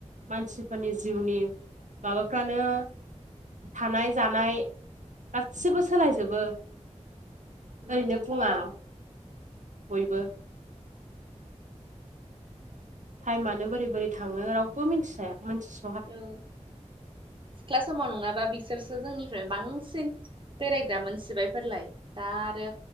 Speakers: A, on the right; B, on the right.
A: मानसिफोरनि जिउनि माबाफ्रानो थानाय जानाय गासिबो सोलायजोबो।
B: नंगौथ'
A: ओरैनो बुङा
B: आरो
A: बयबो टाइमानो बोरै बोरै थाङो रावबो मिथिसायाथि
B: ओं। सिख्ला समाव नङाबा बिसोरसो जोंनिफ्राय बांसिन बेरायग्रा मोनसिबायफोरलाय दा आरो